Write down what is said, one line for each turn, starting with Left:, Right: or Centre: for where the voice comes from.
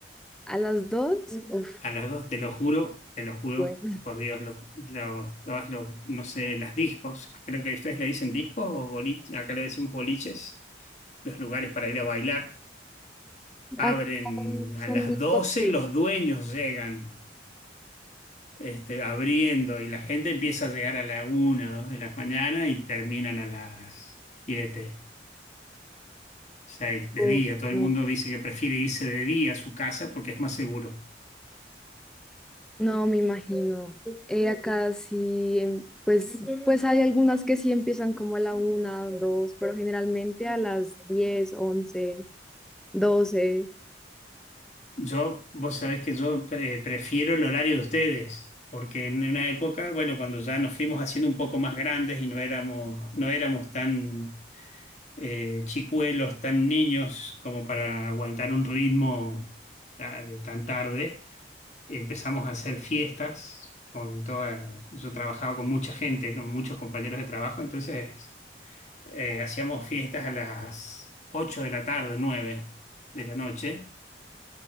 Centre: ¿A las dos? Uf,
Left: A las dos te lo juro, te lo juro,
Centre: bueno.
Left: por Dios, los, los- todas los- no sé, las discos. Creo que ustedes le dicen discos o boliches, acá le decimos boliches, los lugares para ir a bailar.
Centre: Acá
Left: Abren
Centre: son
Left: a las
Centre: discotecas.
Left: doce los dueños llegan. este, abriendo y la gente empieza a llegar a la una dos de la mañana y terminan a las siete seis de
Centre: Uf,
Left: día. Todo el
Centre: no,
Left: mundo dice que prefiere irse de día a su casa porque es más seguro.
Centre: no me imagino. Eh, acá sí, em, pues, pues hay algunas que sí empiezan como a la una, dos, pero generalmente a las diez, once, doce.
Left: Yo, vos sabés que yo pre- prefiero el horario de ustedes, porque en una época, bueno, cuando ya nos fuimos haciendo un poco más grandes y no éramos, no éramos tan eh, chicuelos, tan niños como para aguantar un ritmo ah, de tan tarde empezamos a hacer fiestas con toda, yo trabajaba con mucha gente, con muchos compañeros de trabajo, entonces eh, hacíamos fiestas a las 8 de la tarde, nueve de la noche,